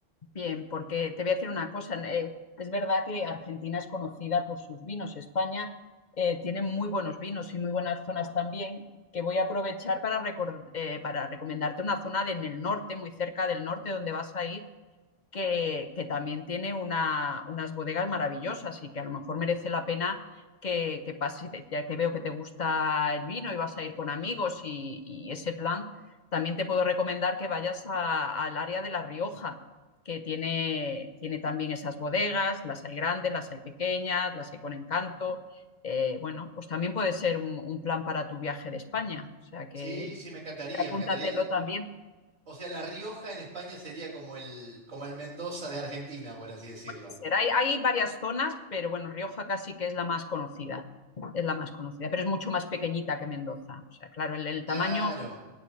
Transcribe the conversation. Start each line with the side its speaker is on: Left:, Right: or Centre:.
Left: Bien, porque te voy a decir una cosa. eh, es verdad que Argentina es conocida por sus vinos. España eh, tiene muy buenos vinos y muy buenas zonas también, que voy a aprovechar para, recor- eh, para recomendarte una zona de- en el norte, muy cerca del norte, donde vas a ir, que, que también tiene una- unas bodegas maravillosas y que a lo mejor merece la pena que, que pases, ya que veo que te gusta el vino y vas a ir con amigos y, y ese plan, también te puedo recomendar que vayas a- al área de La Rioja, que tiene, tiene también esas bodegas, las hay grandes, las hay pequeñas, las hay con encanto. Eh, bueno, pues también puede ser un, un plan para tu viaje de España, o sea que
Right: Sí, sí, me encantaría,
Left: apúntatelo
Right: me encantaría. La-
Left: también.
Right: O sea, La Rioja en España sería como el, como el Mendoza de Argentina, por así decirlo.
Left: ser. Hay, hay varias zonas, pero bueno, Rioja casi que es la más conocida. Es la más conocida, pero es mucho más pequeñita que Mendoza. O sea, claro, el, el
Right: Claro,
Left: tamaño